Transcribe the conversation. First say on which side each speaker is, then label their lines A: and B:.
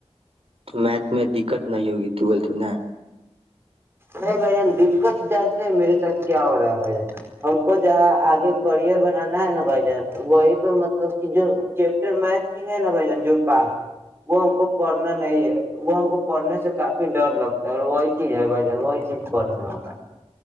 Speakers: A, on the right; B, on the right.
A: تو میتھ میں دقت نہیں ہوگی تو بولتے نا
B: نہیں بھائی جان دقت جانتے ہیں میرے ساتھ کیا ہو رہا ہے بھائی جان ہم کو جہاں آگے کرئر بنانا ہے نا بھائی جان وہی پہ مطلب کہ جو چیپٹر میھ کی ہے نا بھائی ج جو پار وہ ہم کو پڑھنا نہیں ہے وہ ہم کو پڑھنے سے کافی ڈر لگتا ہے اور وہی جی ہے بھ جان وہی چیز کرنے والا